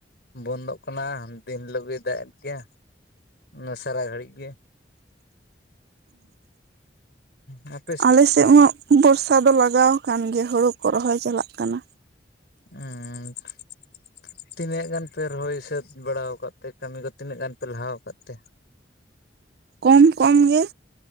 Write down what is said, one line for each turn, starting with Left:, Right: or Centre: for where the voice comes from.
Left: ᱵᱚᱱᱫᱚᱜ ᱠᱟᱱᱟ, ᱫᱤᱱ ᱦᱤᱞᱳᱜ ᱜᱮᱭ ᱫᱟᱜ ᱮᱫ ᱜᱮᱭᱟ᱾ ᱚᱱᱟ ᱱᱟᱥᱟᱨᱟ ᱜᱷᱟᱹᱲᱟᱡ ᱜᱮ᱾ ᱵᱷᱟᱠᱚ <inaudible>
Right: ᱟᱞᱮᱥᱮᱫ ᱢᱟ ᱵᱚᱨᱥᱟ ᱫᱚ ᱞᱟᱜᱟᱣ ᱟᱠᱟᱱ ᱜᱮᱭᱟ ᱦᱳᱲᱳ ᱠᱚ ᱨᱚᱦᱚᱭ ᱪᱟᱞᱟᱜ ᱠᱟᱱᱟ᱾
Left: ᱩᱸ ᱻ ᱛᱤᱱᱟᱹᱜ ᱜᱟᱱ ᱯᱮ ᱨᱚᱦᱚᱭ ᱥᱟᱹᱛ ᱵᱟᱲᱟ ᱟᱠᱟᱫ ᱛᱮ ᱠᱟᱹᱢᱤ ᱠᱚ ᱛᱤᱱᱟᱹᱜ ᱜᱟᱱ ᱯᱮ ᱞᱟᱦᱟᱣ ᱟᱠᱟᱫ ᱛᱮ?
Right: ᱠᱚᱢ ᱠᱚᱢ ᱜᱮ᱾